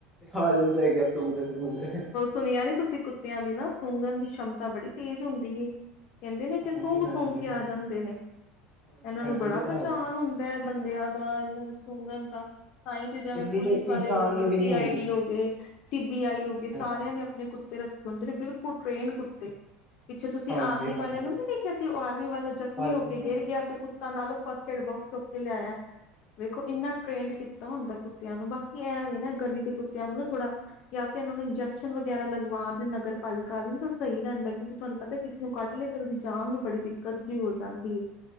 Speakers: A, in the centre; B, on the left.
A: ਆ ਜਾਂੰਦੇ ਹੈਗੇ ਆ ਸੁਂਗਦੇ ਸੁੰਘਦੇ।
B: ਸੁਨੇਆ ਨੀ ਤੁਸੀ ਕੁ ਕੁੱਤੇਆਂ ਦੀ ਨਾ ਸੁੰਘਣ ਦੀ ਛੰਮਤਾ ਬੜੀ ਤੇਜ਼ ਹੁੰਦੀ ਏ। ਕੈਂਦੇ
A: ਹਾਂਜੀ
B: ਨੇ ਕੇ ਸੁੰਘ-ਸੂੰਘ
A: ਹਾਂਜੀ
B: ਕੇ ਆ ਜਾਂਦੇ ਨੇ
A: ਹਾਂਜੀ
B: ਏਨਾਂ
A: ਹਾਂਜੀ
B: ਨੂੰ ਬੜਾ
A: ਇਹ ਤਾਂ
B: ਪਚਾਨ
A: ਹੈਗਾ
B: ਹੁੰਦੈ ਬੰਦਿਆਂ ਦਾ ਇਨਾਂ ਨੂੰ ਸੁੰਘਨ ਦਾ। ਤਾਈ ਤੇ ਜਿਵੇਂ
A: ਇੰਨੀ
B: ਪੁਲਿਸ
A: ਤੇ
B: ਵਾਲੇ
A: ਇਨਸਾਨ
B: ਹੋ ਗਏ
A: ਨੂੰ
B: ਸੀ
A: ਵੀ ਨਹੀਂ ਹੁੰਦੀ
B: ਆਈ ਡੀ ਹੋ ਗਏ, ਸੀ ਬੀ ਆਈ
A: ਹਾਂਜੀ
B: ਹੋ ਗਏ ਸਾਰਿਆਂ
A: ਹਾਂਜੀ
B: ਨੇ ਆਪਨੇ ਕੁੱਤੇ ਰਖੇ ਹੂੰਦੇ ਨੇ ਬਿਲਕੁਲ ਟ੍ਰੇਨ ਕੁੱਤੇ। ਪਿੱਛੇ ਤੁਸੀਂ
A: ਹਾਂਜੀ
B: ਆਰਮੀ
A: ਹਾਂਜੀ
B: ਵਾਲਿਆਂ ਨੂੰ ਨੀ ਵੇਖਿਆ ਸੀ ਉ ਆਰਮੀ ਵਾਲਾ ਜ਼ਖ਼ਮੀ
A: ਹਾਂਜੀ
B: ਹੋ ਕੇ
A: ਹਾਂਜੀ
B: ਗੇਰ ਗਿਆ ਤੇ ਕੁ ਨਾਲੋਂ ਫਸਟ ਏਡ ਬੋਕਸ ਚੁੱਕ ਕੇ ਲਿਆਇਆ ਵੇਖੋ
A: ਹਾਂਜੀ
B: ਏਨਾ ਟਰੇਨ ਕੀਤਾ ਹੁੰਦਾ ਕੁ ਕੁੱਤੇਆਂ ਨੂੰ ਬਾਕੀ ਐਂ ਵੀ ਨਾ ਗਲੀ ਦੇ ਕੁੱਤੇਆਂ ਨੂੰ ਨਾ ਥੋੜਾ ਯਾਂ ਤੇ ਇਨਾਂ ਨੂੰ ਇੰਜੈਕਸ਼ਨ ਵਗੈਰਾ ਲਗਵਾ ਦੇਨ ਨਗਰ ਪਾਲਿਕਾ ਵਾਲੇ ਉ ਸਈ ਰੈਂਦੈ ਕਿਉਂਕਿ ਤੁਹਾਨੂੰ ਪਤਾ ਕਿਸਨੂੰ ਕੱਟ ਲੇ ਫੇਰ ਉਦੀ ਜਾਨ ਨੂੰ ਬੜੀ ਦਿੱਕਤ ਜੀ ਹੋ ਜਾਂਦੀ ਏ।